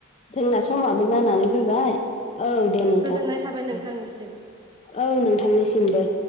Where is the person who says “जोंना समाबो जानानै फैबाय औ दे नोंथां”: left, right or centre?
Left